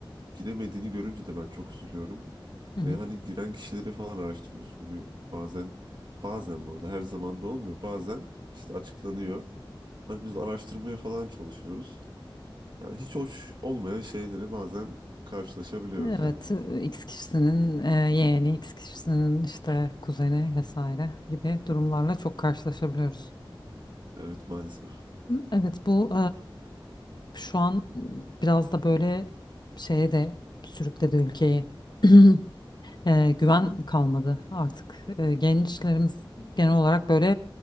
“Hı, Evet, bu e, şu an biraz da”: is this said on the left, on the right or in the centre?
Left